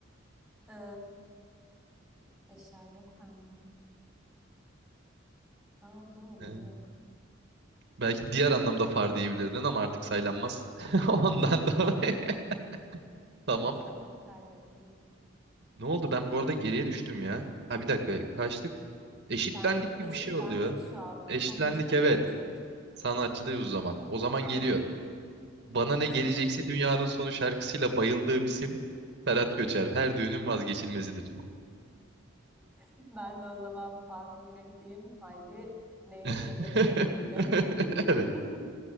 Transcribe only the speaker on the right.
Ee,
Belki diğer anlamda far diyebilirdin ama artık saylanmaz. <laughs>
Ondan dolayı. <laughs> Tamam.
Ne oldu? Ben bu arada geriye düştüm ya. Ha bir dakika. Kaçtık? Eşitlendik
gibi
bir şey oluyor.
Eşitlendik
evet. Sanatçıdayız o zaman. O zaman
geliyor. Bana
ne gelecekse dünyanın sonu şarkısıyla bayıldığım isim Ferhat Göçer. Her düğünün vazgeçilmezidir.
<laughs>
Evet.